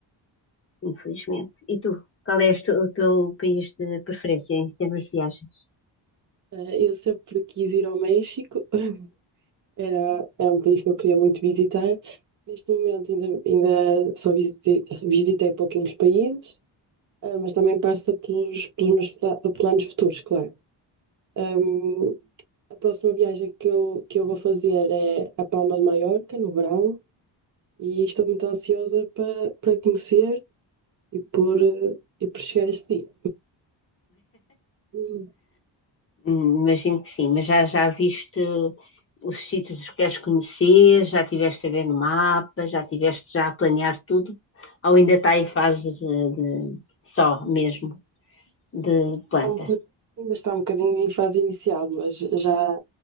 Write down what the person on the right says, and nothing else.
Eh, eu sempre quis ir ao México, <laughs> era, é um país que eu queria muito visitar. Neste momento ainda, ainda só visitei, visitei pouquinhos países, ah, mas também passa pelos, pelos meus pla- planos futuros, claro. Um, a próxima viagem que eu, que eu vou fazer é a Palma de Maiorca, no verão, e estou muito ansiosa para, para conhecer e por, eh, e por chegar a esse dia. Hum.
Está um boc- ainda está um bocadinho em fase inicial, mas já,